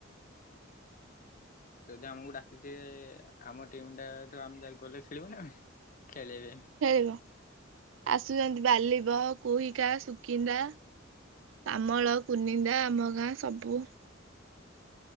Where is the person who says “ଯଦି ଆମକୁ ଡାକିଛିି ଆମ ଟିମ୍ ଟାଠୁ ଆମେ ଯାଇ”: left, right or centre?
Left